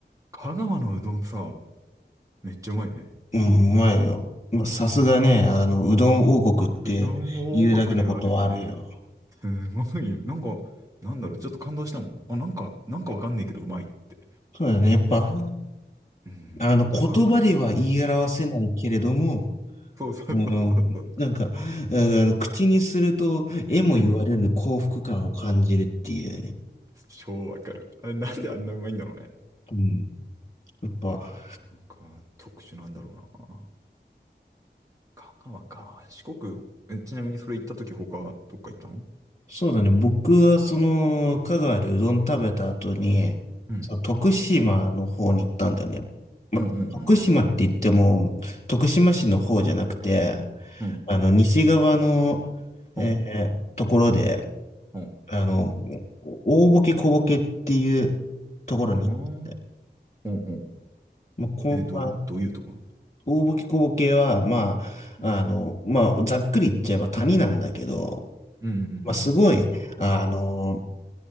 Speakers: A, on the right; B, on the left.
A: 香川のうどんさ、めっちゃうまいよね。
B: うん、うまいよ。まあ、さすがね、あの、うどん王国って言うだけのことはあるよ。
A: うどん王国ではあるね。すごいよ。なんか、なんだろう、ちょっと感動したもん。あ、なんか、なんかわかんねえけど、うまいって。
B: そうだよね。やっぱ、
A: うん。
B: あの、言葉では言い表せないけれども、
A: あ、なん、そうそうそうそうそう。
B: うん、なんか、うんあの、口にすると、絵も言われるの幸福感を感じるっていうね。
A: うん。超わかる。あ、なんであんなうまいんだろうね。
B: うん。やっぱ、
A: なんか、特殊なんだろうな。香川か。四国、えちなみにそれ行った時他、どっか行ったの
B: そうだね。僕は、その、香川でうどん食べた後に、
A: うん。
B: その徳島の方に行ったんだよね。ま、
A: うんうんうん
B: 徳島って言っても、徳島市の方じゃなくて、
A: うん。うん。
B: あの、西側の、
A: うん。
B: えーところで、
A: うん。
B: あの、大ボケ小ボケっていうところに行って、
A: あーうんうん。
B: もうこう、
A: え、どう、
B: あ
A: どういうところ
B: 大ボキ小ボケは、まあ、
A: うん。
B: あの、まあ、ざっくり言っちゃえば谷なんだけど、
A: うんうんうんうん。
B: まあ、すごい、あの、